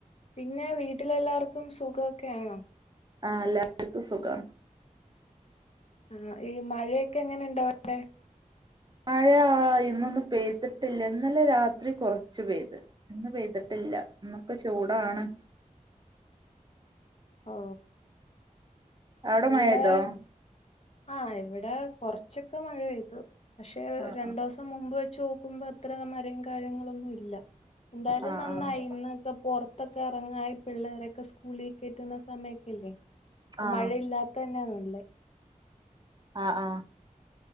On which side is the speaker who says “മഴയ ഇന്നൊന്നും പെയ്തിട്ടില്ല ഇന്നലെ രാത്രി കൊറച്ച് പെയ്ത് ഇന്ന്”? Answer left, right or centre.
Right